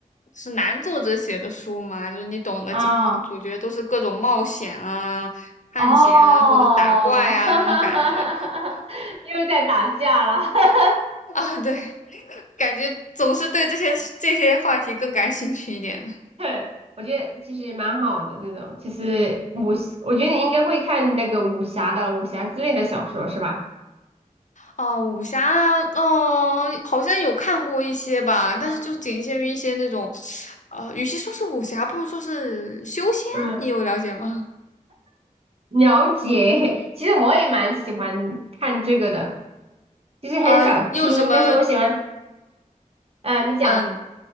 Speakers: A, on the left; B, on the right.
A: 是男作者写的书嘛，就是你懂的，
B: 啊、
A: 基本上主角都是各种冒险啊、探险啊或者打怪啊这种感觉
B: 哦，<laughs> 哈哈哈哈哈，又在打架了，<laughs>
A: 啊，对，感觉总是对这些这些话题更感兴趣一点的。
B: 对，我觉得其实蛮好的这种，其实武，我觉得你应该会看那个武侠的武侠之类的小说是吧？
A: 哦，武侠，哦，好像有看过一些吧，但是就仅限于一些那种，
B: 嗯，
A: 呃，与其说是武侠，不如说是修仙，
B: 嗯，
A: 你有了解吗？
B: 了解。<laughs> 其实我也蛮喜欢看这个的，其实很少听，
A: 啊、你有什么
B: 但是我喜欢。呃，你讲。
A: 嗯